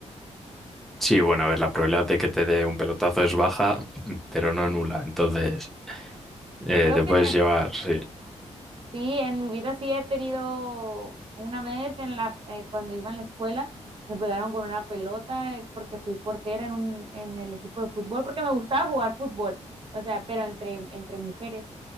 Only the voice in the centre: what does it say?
Sí, bueno, a ver, la probabilidad de que te dé un pelotazo es baja, <laughs> pero no nula, entonces
eh,
te
puedes
llevar, sí.